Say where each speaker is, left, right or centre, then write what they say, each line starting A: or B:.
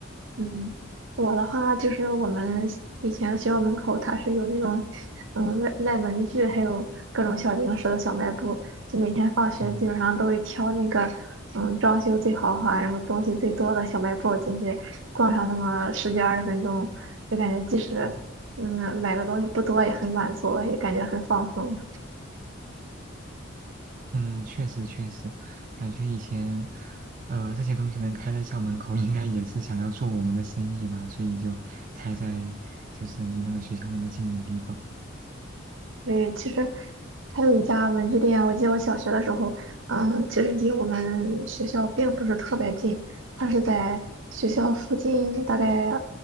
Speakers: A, on the right (about 70°); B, on the right (about 40°).
A: 嗯，我的话就是我们以前学校门口它是有那种，嗯，卖卖文具还有各种小零食的小卖部，就每天放学基本上都会挑那个，
B: 嗯
A: 嗯，装修最豪华，然后东西最多的小卖部进去逛上那么十几二十分钟，就感觉即使嗯买的东西不多也很满足，
B: 嗯，
A: 也感觉很放松。
B: 嗯，确实确实，感觉以前，呃，这些东西能开在校门口，应该也是想要做我们的生意吧，所以就开在就是离那个学校那么近的地方。
A: 对，其实还有一家文具店，我记得我小学的时候，嗯，其实离我们学校并不是特别近，它是在学校附近大概